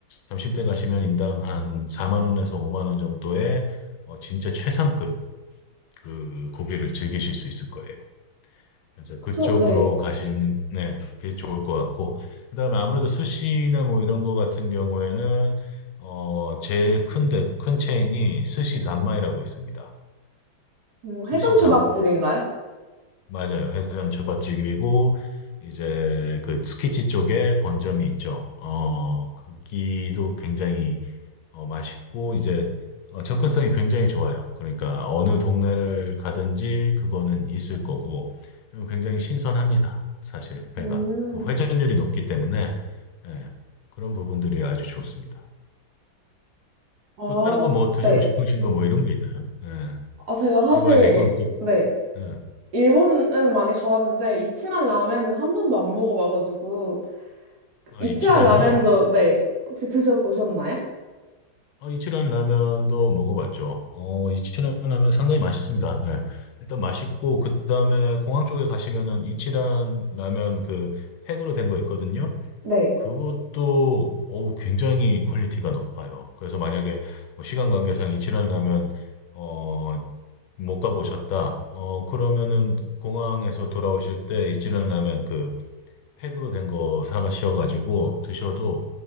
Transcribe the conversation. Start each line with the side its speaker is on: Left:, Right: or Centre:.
Left: 점심 때 가시면 인당 한 4만 원에서 5만 원 정도의 어, 진짜 최상급 그 고기를 즐기실 수 있을 거예요. 그래서 그쪽으로
Right: 소, 네.
Left: 가시는 네, 그게 좋을 것 같고 그다음에 아무래도 스시나 뭐 이런 거 같은 경우에는 어 제일 큰데 큰 체인이 스시 잔마이라고 있습니다.
Right: 음,
Left: 스시
Right: 회전 초밥집인가요?
Left: 맞아요. 회전 초밥집이고 이제 그 스키치 쪽에 본점이 있죠. 어, 거기도 굉장히 어, 맛있고 이제 어, 접근성이 굉장히 좋아요. 그러니까 어느 동네를 가든지 그거는 있을 거고 그리고 굉장히 신선합니다. 사실 회가
Right: 음.
Left: 그 회전율이 높기 때문에 예, 그런 부분들이 아주 좋습니다.
Right: 아,
Left: 또 다른 거 뭐 드시고
Right: 네.
Left: 싶으신 거 뭐 이런 게 있나요? 예,
Right: 아, 제가 사실,
Left: 일본에서 이건
Right: 일-
Left: 꼭
Right: 네.
Left: 예,
Right: 일본은 많이 가봤는데, 이치란 라멘은 한 번도 안 먹어봐가지고,
Left: 아,
Right: 이치아
Left: 이치란이요.
Right: 라벤더, 네. 혹시 드셔보셨나요?
Left: 어, 이치란 라면도 먹어봤죠. 어, 이치란 라면 상당히 맛있습니다. 네. 일단 맛있고, 그 다음에 공항 쪽에 가시면은 이치란 라면 그 팩으로 된 거 있거든요.
Right: 네.
Left: 그것도, 어우, 굉장히 퀄리티가 높아요. 그래서 만약에 뭐 시간 관계상 이치란 라면, 어, 못 가보셨다. 어, 그러면은 공항에서 돌아오실 때 이치란 라면 그 팩으로 된 거 사가셔가지고 드셔도